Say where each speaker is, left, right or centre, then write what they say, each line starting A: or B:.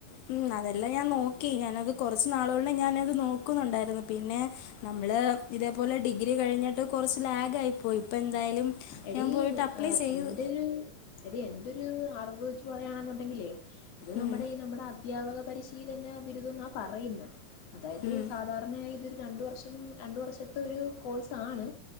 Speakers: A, on the left; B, on the left.
A: മം അതെല്ലാം ഞാൻ നോക്കി ഞാൻ അത് കുറച്ച് നാളുകൊണ്ട് ഞാൻ അത് നോക്കുന്നുണ്ടായിരുന്നു പിന്നെ ഞമ്മൾ ഇതേപോലെ ഡിഗ്രി കഴിഞ്ഞിട്ട് കുറച്ച് ലാഗ് ആയിരുന്നു പോയി അപ്പൊ എന്തായാലും
B: എടി
A: ഞാൻ പോയിട്ട് അപ്ലൈ
B: ഏ
A: ചെയ്തു
B: എന്റെ ഒരു എടി എന്റൊരു ഒരു അറിവ് വെച്ച് പറയാണെങ്കിൽ നമ്മടെ
A: ഉം
B: ഈ നമ്മടെ അധ്യാപക പരിശീലന ബിരുദം എന്നാ പറയുന്നത് അതായത്
A: ഉം
B: സാധാരണ ഇതൊരു രണ്ടുവർഷം രണ്ടുവർഷത്തെ ഒരു കോഴ്സാണ്